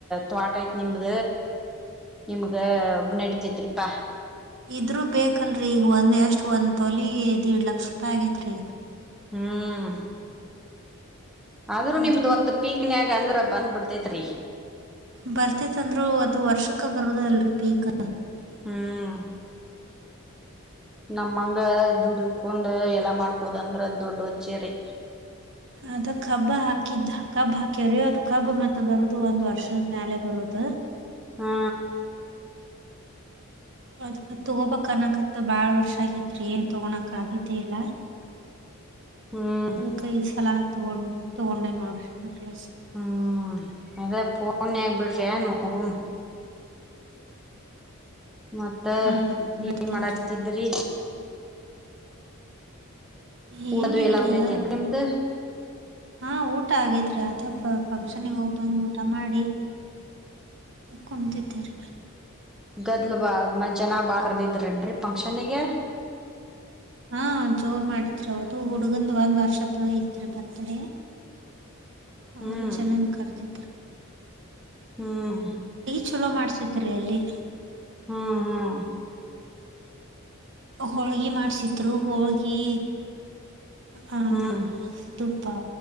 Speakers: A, in the centre; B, on the right.
A: ತವಾಟ ಐತ್ ನಿಮ್ದ ನಿಮ್ಗ ನಡಿತೈತ್ರಿಪಾ
B: ಇದ್ೂ ಬೇಕಲ್ರರಿ ಈಗ ಒಂದ್ ಎಷ್ಟ್ ಒಂದ್ ತೊಲಿ್ಏಡ್ ಲಕ್ಷ ರೂಪಾಯಿ ಆಗೇತ್ೀ ಈಗ
A: ಹ್ಮ್ ಆದ್ರೂ
B: ಅಂದ್ರೂ
A: ನಿಮ್ದು ಒಂದು ಪೀಕ್ನ್ಯಾಕ್ ಅಂದ್ರ ಬಂದ್ ಬಿಡ್ತೇತ್ರಿ
B: ಬರ್ತೆೇತ್ಂದ್ರು ಅದು ವರ್ಷಕ್ಕ ಬರುದ ಅಲ್ರರಿ ಪೀಕ್
A: ಹ್ಮ್ ನಮ್ಮಂಗ ದುಡಕೊಂಡ್ ಎಲ್ಲಾ ಮಾಡ್ಕೋದ ಅಂದ್ರ ದೊಡ್ಡ ಅಜ್ಜರಿ
B: ಅದ ಕಬ್ಬ ಹಾಕಿದ್ದ ಕಬ್ ಹಾಕ್ಯವ್ರಿ ಅದು ಕಬ್ ಮತ್ತ ಬರುದು ಒಂದ್ ವರ್ಷದ ಮ್ಯಾಲ ಬರುದು
A: ಹಾ
B: ಅದ ತಗೋಬನಕಂತ ಭಾಳ ವರ್ಷ ಆಗಿತ್ರಿ ಏನ್ ತಗೋಳಕ ಆಗಿದ್ದೇ ಇಲ್ಲ
A: ಹ್ಮ್
B: ಹಲ್ ಕೈ ಸಲದ ತಗೊಂಡ ತೊಗೊಂಡೆ ನೋಡ್ರಿ ನೆಕ್ಲೆಸ್
A: ಹ್ಮ್ ಅದೇ ಫೋನ್ ಆಗ್ಬಿಡ್ರಿ ನೋಡಣ ಮತ್ತ
B: ಹಾ ಬಿಡ್ತೇನ್ರಿ.
A: ಏನ್ ಮಾಡತಿದ್ರಿ
B: ಏನ
A: ಊಡದು
B: ಇಲ್ರಿ
A: ಎಲ್ಲ ಮುಗ್ದೈತೇನ್ರಿ
B: ಇದ
A: ನಿಮ್ದು
B: ಹಾ ಊಟ ಆಗೇತಿ ಅದ ಫಂಕ್ಷನ್ಿಗೆ ಹೋಗಿ ಬಂದು್ ಊಟ ಮಾಡಿ ಕಮ ಚಿತರ
A: ಗದ್ಲು ಬಾ ಮ ಜನ ಬಾಕ್ರದ ಇದ್ರೇನ್ರಿ ಫಂಕ್ಷನ್ಿಗೆ
B: ಹಾ ಜೋರ್ ಮಾಡಿದ್ರಿ ಹೌದು ಹುಡ್ಗಂದ್ ಒಂದ್ ವರ್ಷದ್ದ ತ್ರಿ ಬತಡ ಅವರು
A: ಹ್ಮ್
B: ಜನನ್ ಕರೆದಿದ
A: ಹ್ಮ್
B: ಚಲೋ ಮಾಡ್ಸತ್ರಿ ಅಲ್ಲಿ
A: ಹ್ಮ್ ಹ್ಮ್
B: ಹೋಳ್ಗಿ ಮಾಡ್ಸಿದ್ರು ಹೋಳ್ಗಿ ಹಾ
A: ಹ್ಮ್
B: ಅ